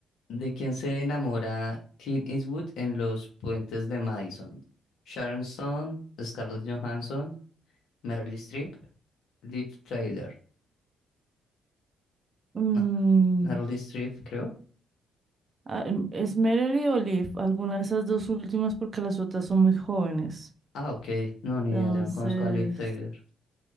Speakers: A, on the left (about 70°); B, on the right (about 35°).
A: ¿De quién se enamora Clint Eastwood en Los Puentes de Madison? Sharon Stone, Scarlett Johansson, Meryl Streep, Liv Tyler.
B: Mm,
A: No, Meryl Streep, creo.
B: ah, em, ¿es Merely o Leaf? Alguna de esas dos últimas porque las otras son muy jóvenes.
A: Ah, ok. No, ni
B: Entonces,
A: idea, yo no conozco a Liv Tyler.